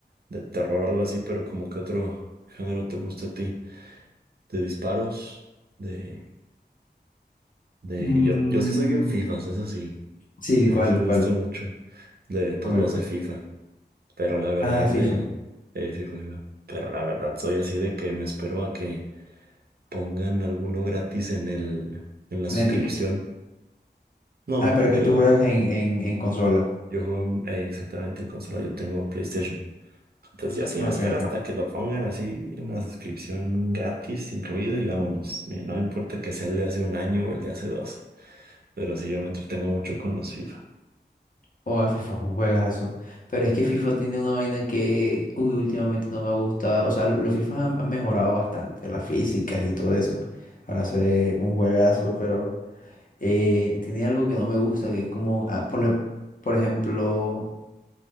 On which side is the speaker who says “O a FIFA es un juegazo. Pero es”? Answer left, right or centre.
Left